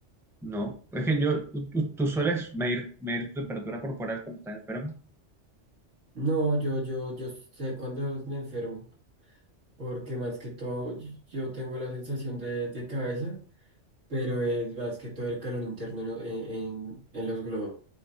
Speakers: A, in the centre; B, on the right.
A: No, es que yo, tú, tú- tú sueles medir, medir tu temperatura corporal cuando estás enfermo.
B: No, yo, yo, yo sé cuando me enfermo. porque más que todo y- yo tengo la sensación de, de cabeza, pero es más que todo el calor interno en, lo- en- en- en los globos